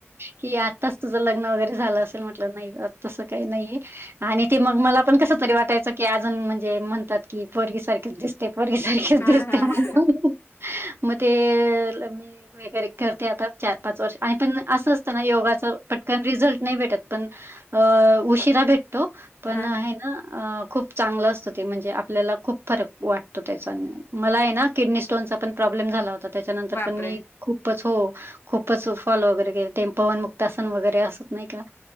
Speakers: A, on the right; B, on the left.
A: कि आत्ताच तुझं लग्न वगैरे झालं असेल. म्हटलं नाही. तसं काही नाहीये. आणि ते मग, मला पण कसं तरी वाटायचं. की अजून म्हणजे म्हणतात की, पोरगीसारखेच दिसतेय. पोरगीसारखेच
B: हां,
A: दिसतेय
B: हां.
A: म्हणून. म ते. मी. योगा वगैरे करते आता. चार पाच वर्ष आणि पण असं असतना. योगाच पटकन रिझल्ट नाही भेटत. पण अ उशिरा भेटतो. पण
B: हां.
A: हे ना खूप चांगलं असतं ते. म्हणजे आपल्याला खूप फरक वाटतो त्याचा. मलाय ना किडनी स्टोनचा पण प्रॉब्लेम झाला होता. त्याच्यानंतर
B: बापरे!
A: पण मी खूप खूपच, हो खूपच फॉल वगैरे केल. ते पवनमुक्ता सन वगैरे असत नाही का?